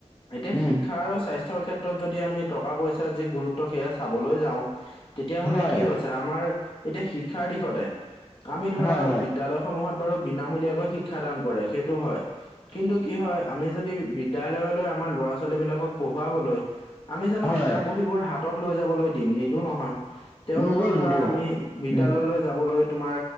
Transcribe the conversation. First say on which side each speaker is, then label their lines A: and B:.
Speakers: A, on the left (about 45°); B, on the left (about 15°).
A: এতিয়া
B: উম
A: শিক আৰু স্বাস্থ্যৰ ক্ষেত্ৰত যদি আমি টকা-পইচাৰ যি গুৰুত্ব সেয়া চাবলৈ যাওঁ। তেতিয়াহ'লে
B: হয়
A: কি হৈছে? আমাৰ এতিয়া শিক্ষাৰ দিশতে আমি ধৰা
B: হয় হয়
A: বিদ্যালয় সমূহত বাৰু বিনামূলীয়াকৈ শিক্ষা দান কৰে, সেইটো হয়। কিন্তু কি হয় আমি যদি বিদ বিদ্যালয়লৈ আমাৰ ল'ৰা-ছোৱালীবিলাকক পঢ়ুৱাবলৈ আমি জানো
B: হয়,
A: কিতাপ-বহীবোৰ হাতত লৈ যাবলৈ দিম? নিদো নহয়। তেওঁলোকক
B: নিদো
A: ধৰা
B: নিদো
A: আমি বিদ্যালয়লৈ
B: উম,
A: যাবলৈ তোমাৰ